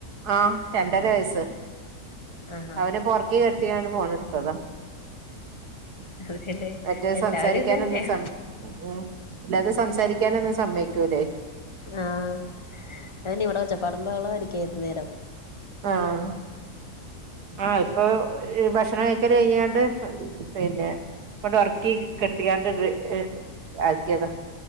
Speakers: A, on the right (about 85°); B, on the left (about 25°).
A: ആഹ് രണ്ടര വയസ്സ്.
B: ആഹാ
A: അവനെപ്പോ ഒറക്കിക്കടുത്തിക്കാണ്ട് ഫോണ് എടുത്തതാ.
B: അതല്ലേ
A: മറ്റേ
B: എല്ലാവരും
A: സംസാരിക്കാനൊന്നും
B: ഇത് തന്നെയാ
A: സം ങ്ഹും അല്ലാതെ സംസാരിക്കാനൊന്നും സമ്മയിക്കൂല്ലേ
B: ആഹ് ഞാനിവിടെ വെച്ച പടമ്പകള പഠിക്കായിരുന്നരിക്കായിരന്നേരം
A: ആഹ് ആഹ് ഇപ്പോ ഇഹ് ഭക്ഷണം കഴിക്കല് കഴിഞ്ഞാണ്ട് ആഹ് പിന്നെ ആഹ് വർക്ക് കിട്ടിയാണ്ട് ഇത് ഇഹ് ആയിക്കിയതാ